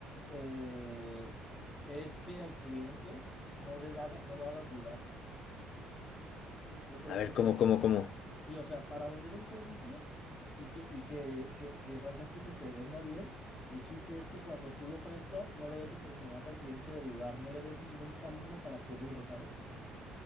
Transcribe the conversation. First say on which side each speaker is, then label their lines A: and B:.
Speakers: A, on the left; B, on the left.
A: eh, es que al cliente no le haga, no lo hagas dudar. Yo creo
B: A ver,
A: que es
B: ¿cómo,
A: eso.
B: cómo, cómo?
A: Sí, o sea, para vender un servicio y que, y que, que, que realmente se te venda bien, el chiste es que cuando tú lo ofrezcas, no le des oportunidad al cliente de dudar, no le des ningún camino para que dude, ¿sabes?